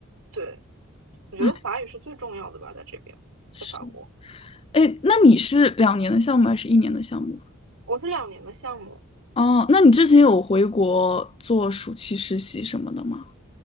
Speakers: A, on the right; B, on the left.
A: 对，我觉得法语是最重要的吧，
B: 哎，
A: 在这边，
B: 是，
A: 在法国，
B: 哎，那你是两年的项目还是一年的项目？
A: 我是两年的项目。
B: 哦，那你之前有回国做暑期实习什么的吗？